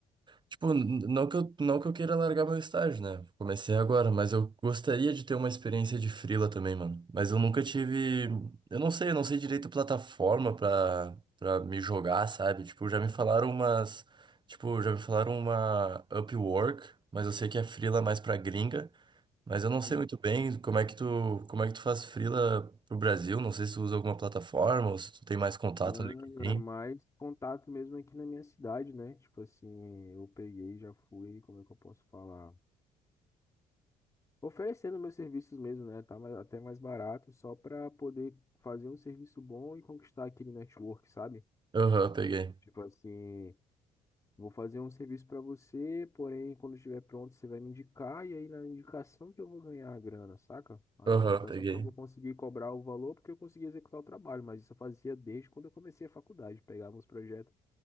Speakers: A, on the right (about 30°); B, on the left (about 20°).
A: Tipo, n- não que eu, não que eu queira largar meu estágio, né? Comecei agora, mas eu gostaria de ter uma experiência de freela também, mano. Mas eu nunca tive. Eu não sei, eu não sei direito a plataforma pra, pra me jogar, sabe? Tipo, já me falaram umas. Tipo, já me falaram uma Upwork, mas eu sei que é freela mais pra gringa. Mas eu não sei
B: Hum,
A: muito bem como é que tu, como é que tu faz freela pro Brasil. Não sei se tu usa alguma plataforma ou se tu tem mais contato
B: Mano,
A: no LinkedIn.
B: é mais contato mesmo aqui na minha cidade, né? Tipo assim, eu peguei, já fui, como é que eu posso falar? Oferecendo meus serviços mesmo, né? Tá mais- até mais barato, só pra poder fazer um serviço bom e conquistar aquele network, sabe?
A: Aham, peguei.
B: Tipo assim, vou fazer um serviço pra você, porém, quando estiver pronto, você vai me indicar, e aí na indicação que eu vou ganhar a grana, saca? Ah,
A: Aham,
B: Na indicação
A: peguei.
B: que eu vou conseguir cobrar o valor, porque eu consegui executar o trabalho, mas isso eu fazia desde quando eu comecei a faculdade, pegava uns projetos